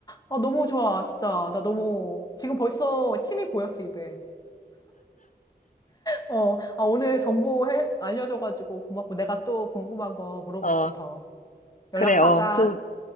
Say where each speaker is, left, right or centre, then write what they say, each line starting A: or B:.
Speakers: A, on the left; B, on the left.
A: 아, 너무 좋아, 진짜. 나 너무, 지금 벌써 침이 고였어, 입에. 어, 아, 오늘 정보 해, 알려줘가지고 고맙고 내가 또 궁금한 거 물어볼게,
B: 어,
A: 더. 연락하자.
B: 그래, 어, 또,